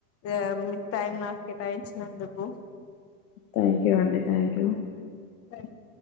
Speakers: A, on the left; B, on the left.
A: ఆహ్ మీ టైం నాకు కేటాయించినందుకు.
B: థ్యాంక్ యూ అండి. Thank you.
A: <inaudible>